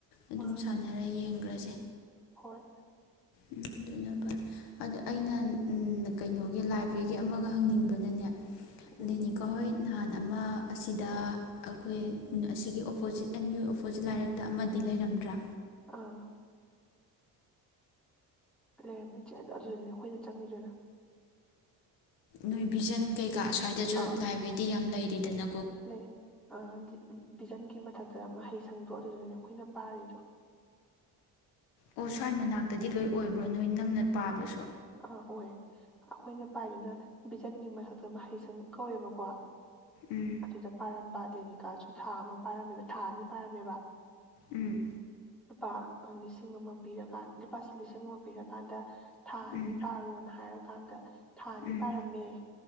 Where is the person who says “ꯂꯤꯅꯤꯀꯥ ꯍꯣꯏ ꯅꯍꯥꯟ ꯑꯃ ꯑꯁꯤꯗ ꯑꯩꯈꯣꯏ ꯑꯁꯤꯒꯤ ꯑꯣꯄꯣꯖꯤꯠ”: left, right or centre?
Left